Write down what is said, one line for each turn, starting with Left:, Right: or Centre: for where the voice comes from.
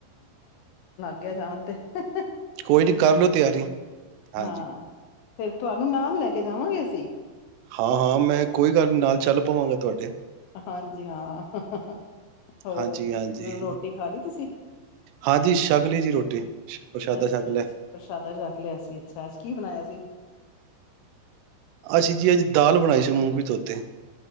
Left: ਲੱਗੇ ਜਾਣ ਤੇ ਹ
Right: ਕੋਈ ਨਹੀਂ ਕਰ ਲਓ ਤਿਆਰੀ। ਹਾਂਜੀ
Left: ਹਾਂ ਫਿਰ ਤੁਹਾਨੂੰ ਨਾਲ ਲੈ ਕੇ ਜਾਵਾਂ। ਅਸੀਂ
Right: ਹਾਂ-ਹਾਂ ਮੈਂ ਕੋਈ ਗੱਲ ਨੀ ਨਾਲ ਚੱਲ ਪਵਾਂਗਾ ਤੁਹਾਡੇ।
Left: ਹਾਂਜੀ, ਹਾਂ ਹ ਹ ਹੋਰ
Right: ਹਾਂਜੀ-ਹਾਂਜੀ।
Left: ਰੋਟੀ ਖਾ ਲਈ ਤੁਸੀਂ।
Right: ਹਾਂਜੀ ਹਾਂਜੀ ਛਕ ਲਈ ਜੀ ਰੋਟੀ ਪ੍ਰਸ਼ਾਦਾ
Left: ਅੱਛਾ
Right: ਛਕ ਲਿਆ
Left: ਅੱਛਾ ਪ੍ਰਸ਼ਾਦਾ ਚਖ ਲਿਆ ਸੀ, ਅੱਛਾ ਅੱਜ ਕੀ ਬਣਾਇਆ ਸੀ।
Right: ਅੱਛਾ ਜੀ ਅੱਜ ਦਾਲ ਬਣਾਈ ਸੀ ਮੂੰਗੀ ਤੋਤੀ।